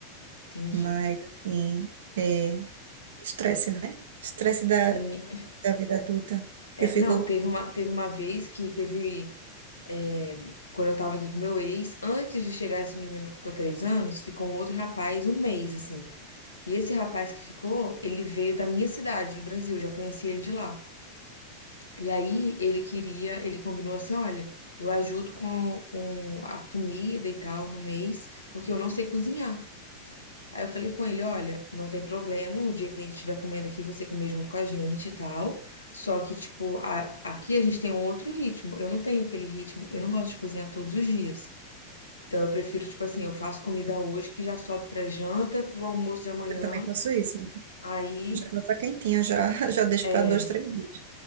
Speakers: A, on the left; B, on the right.
A: entendi.
B: Mas, assim, é estresse, né? Estresse da,
A: Meni-
B: da vida adulta.
A: é,
B: Eu fico,
A: não, teve uma, teve uma vez que teve é, quando eu tava aqui com meu ex, antes de chegar esse menino que ficou três anos, ficou um outro rapaz um mês, assim. E esse rapaz que ficou, ele veio da minha cidade, do Brasil, já conheci ele de lá. E aí ele queria, ele combinou assim, olha, eu ajudo com, com a comida e tal no mês, porque eu não sei cozinhar. Aí eu falei com ele, olha, não tem problema, o dia que a gente estiver comendo aqui, você comer junto com a gente e tal. Só que, tipo, a- aqui a gente tem um outro ritmo. Eu não tenho aquele ritmo, eu não gosto de cozinhar todos os dias. Então eu prefiro, tipo assim, eu faço comida hoje que já sobe pra janta, pro almoço de amanhã.
B: eu também faço isso.
A: Aí.
B: Já faço a quentinha, já, <laughs> já deixo
A: é,
B: para dois, três dias.